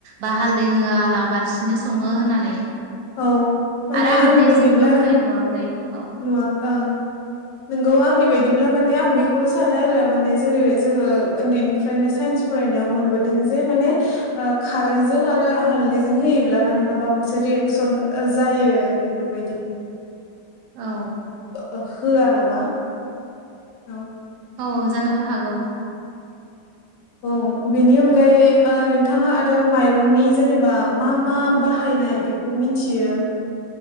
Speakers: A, on the right (about 85°); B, on the left (about 75°).
A: बा हालदै होआ लाबासिनो सङो होननानै।
B: औ माने
A: आरो आं
B: आंनि
A: दिनैसिमबो
B: बायदिब्ला
A: होनाय नुवाखै औ।
B: नुवाखै ओ नोंगौ आंनि बायदिब्ला माने आं बेखौनो सानो आरो माने जेरै जोङो उन्दैनिफ्रायनो साइन्स। फरायनायाव मोनबोदों जे माने। ओ खारैजों आरो हालदैजों होयोब्ला माने माबा मोनसे रियेकसन जायो बेफोरबायदि।
A: औ
B: ओ होआ नामा औ।
A: औ जानोबो हागौ।
B: औ बेनि अनगायै ओ नोंथाङा आरो माइरंनि जेनेबा मा मा बाहायनाय बे। खौ मिथियो।